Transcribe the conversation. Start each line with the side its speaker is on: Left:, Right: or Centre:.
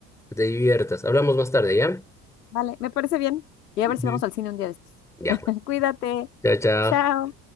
Centre: que te diviertas. Hablamos más tarde, ¿ya?
Left: vale, me parece bien y a
Centre: Ujú.
Left: ver si vamos al cine un día de estos.
Centre: Ya
Left: <laughs>
Centre: pues.
Left: Cuídate,
Centre: Chao, chao.
Left: chao.